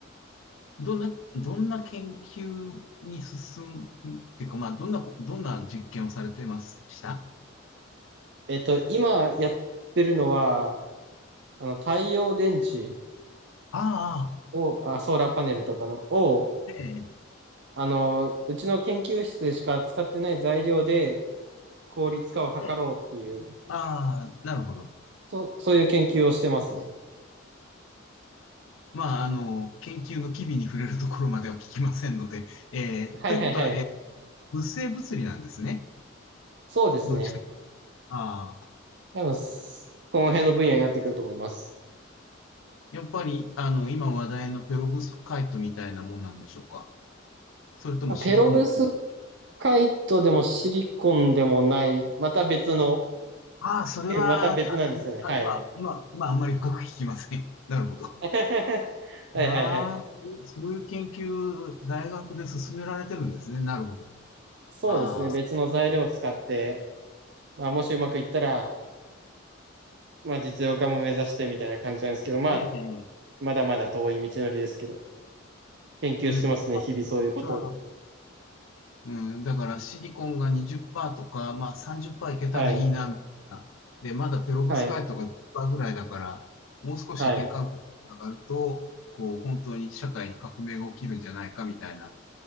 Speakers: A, on the left (about 80°); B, on the right (about 60°).
A: どんな、どんな研究に進むっていうか、まあ、どんな、どんな実験をされてました
B: えっと、今やってるのは、あの、太陽電池
A: ああ、
B: を、あ、ソーラーパネルとかの、を、
A: ええ、
B: あの、うちの研究室でしか使ってない材料で効率化を図ろうっていう
A: ええああ、なるほど。
B: そう、そういう研究をしてますね。
A: まあ、あの、研究の機微に触れるところまでは聞きませんので、えーということは、
B: はいはいはい。
A: えー物性物理なんですね。
B: そうですね。
A: どっちか。ああ、
B: 多分、すこの辺の分野になってくると思います。
A: やっぱり、あの、今話題のペロブスカイトみたいなもんなんでしょうか。それともシリコン系。
B: まあペロブスカイトでもシリコンでもない、また別の、
A: ああ、それは、
B: <laughs> また別なんですよね。
A: ああまあ、
B: はい。
A: まあ、まあ、あんまり深く聞きません。<laughs> なるほど。
B: <laughs> は
A: ああ、
B: いはいはい。
A: そういうそういう研究、大学で進められてるんですね。なるほど。
B: そうですね。
A: ああ、
B: 別の材料を使って、まあ、もしうまくいったら、まあ、実用化も目指してみたいな感じなんですけど、まあ、
A: ええ、
B: まだまだ遠い道のりですけど、研究してますね。
A: うん、
B: 日々そういうことを。
A: ああ、うん、だからシリコンが20%とか、まあ30%いけたらいいな、
B: はい。
A: みたいな。で、まだペロブスカイトが10%
B: はい。
A: ぐらいだから、もう少し変換効果が上がると、
B: はい。
A: こう、本当に社会に革命が起きるんじゃないか、みたいな。